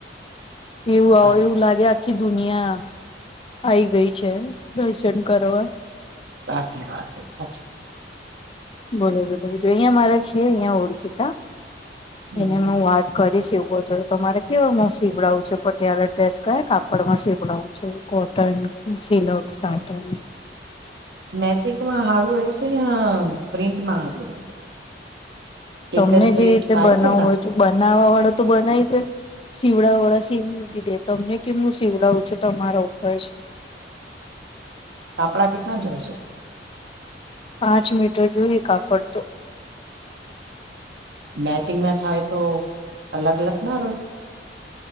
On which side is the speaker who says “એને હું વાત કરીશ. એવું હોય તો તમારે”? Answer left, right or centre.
Left